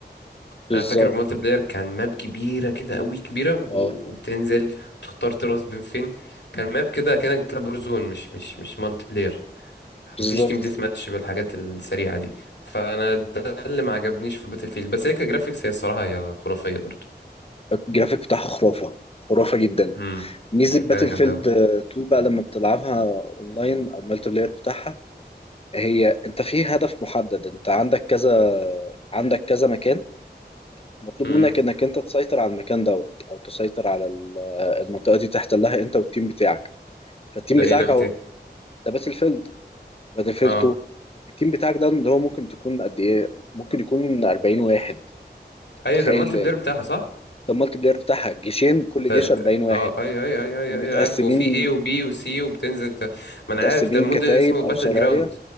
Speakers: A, on the left; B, on the left.
A: بالظبط
B: أنا فاكر المالتي بلاير كان ماب كبيرة كده قوي كبيرة و-
A: اه
B: وبتنزل وتختار تراس بين فين كان ماب كده كأنك بتلعب ورزون مش مش مش مالتي بلاير
A: بالظبط
B: مفيش تيم ديث ماتش بالحاجات السريعة دي فأنا ده اللي ما عجبنيش في باتل فيلد بس هي كجرافيكس هي الصراحة هي خرافية برضو
A: الجرافيك بتاعها خرافة خرافة جدا
B: امم
A: ميزة
B: هي
A: باتل
B: فعلا جامده
A: فيلد
B: قوي
A: 2 بقى لما بتلعبها اونلاين او مالتي بلاير بتاعها هي انت في هدف محدد انت عندك كذا عندك كذا مكان مطلوب
B: امم
A: منك انك انت تسيطر على المكان دوت او تسيطر على ال- المنطقة دي تحتلها انت والتيم بتاعك فالتيم
B: ده
A: بتاعك
B: ايه لعبه
A: اهو
B: ايه
A: ده باتل فيلد باتل فيلد
B: اه
A: 2 التيم بتاعك ده اللي هو ممكن تكون قد ايه ممكن يكون 40 واحد
B: ايوه
A: تخيل
B: ده المالتي بلاير بتاعها صح
A: ده المالتي بلاير بتاعها جيشين كل
B: انت انت
A: جيش 40 واحد
B: اه ايوه ايوه ايوه ايوه
A: ومتقسمين
B: أيوة، عارف وفي ايه وبي وسي وبتنزل ت... ما
A: متقسمين
B: انا عارف ده المود
A: كتايب
B: اللي اسمه باتل
A: او سرايا
B: جراوند